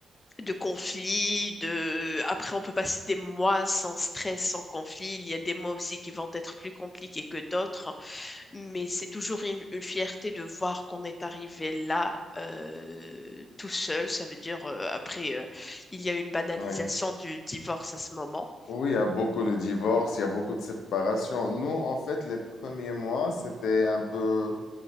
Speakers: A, on the left (about 30°); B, on the left (about 80°).
A: de conflits, de... Après, on peut passer des mois sans stress, sans conflit. Il y a des mois aussi qui vont être plus compliqués que d'autres, mais c'est toujours une, une fierté de voir qu'on est arrivé là euh, tout seul. Ça veut dire, euh, après, euh, il y a une banalisation
B: ouais.
A: du divorce à ce moment.
B: Oui, il y a beaucoup de divorces, il y a beaucoup de séparations. Nous, en fait, les premiers mois, c'était un peu...